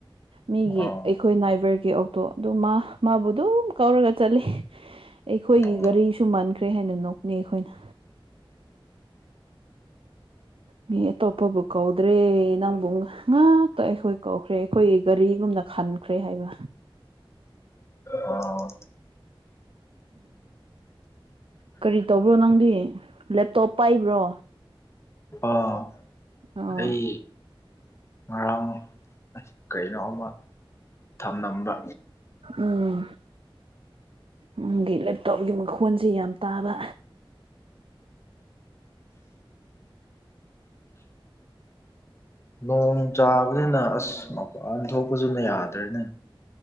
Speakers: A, on the right; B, on the left.
A: ꯃꯤꯒꯤ
B: ꯑꯣ
A: ꯑꯩꯈꯣꯏ ꯅꯥꯏꯚꯔꯒꯤ ꯑꯣꯛꯇꯣ ꯑꯗꯨ ꯃꯥ ꯃꯥꯕꯨ ꯑꯗꯨꯝ ꯀꯧꯔꯒ ꯆꯥꯠꯂꯤ ꯑꯩꯈꯣꯏꯒꯤ
B: ꯑꯣ
A: ꯒꯥꯔꯤꯁꯨ ꯃꯥꯟꯈ꯭ꯔꯦ ꯍꯥꯏꯅ ꯅꯣꯛꯄꯅꯤ ꯑꯩꯈꯣꯏꯅ ꯃꯤ ꯑꯇꯣꯞꯄꯕꯨ ꯀꯧꯗ꯭ꯔꯦ ꯅꯪꯕꯨ ꯉꯥꯛꯇ ꯑꯩꯈꯣꯏ ꯀꯧꯈ꯭ꯔꯦ ꯑꯩꯈꯣꯏ ꯒꯥꯔꯤꯒꯨꯝꯅ ꯈꯥꯟ ꯈ꯭ꯔꯦ ꯍꯥꯏꯕ
B: ꯑꯣ
A: ꯀꯔꯤ ꯇꯧꯕ꯭ꯔꯣ ꯅꯪꯗꯤ ꯂꯦꯞꯇꯣꯞ ꯄꯥꯏꯕ꯭ꯔꯣ
B: ꯑꯥ
A: ꯑꯥ
B: ꯑꯩ ꯉꯔꯥꯡ ꯀꯩꯅꯣ ꯑꯃ ꯊꯥꯝꯂꯝꯕ
A: ꯎꯝ ꯅꯪꯒꯤ ꯂꯦꯞꯇꯣꯞꯒꯤ ꯃꯈꯣꯟꯁꯦ ꯌꯥꯝ ꯇꯥꯕ
B: ꯅꯣꯡ ꯇꯕꯅꯤꯅ ꯑꯁ ꯃꯄꯥꯟ ꯊꯣꯛꯄꯁꯨꯅꯦ ꯌꯥꯗ꯭ꯔꯦꯅꯦ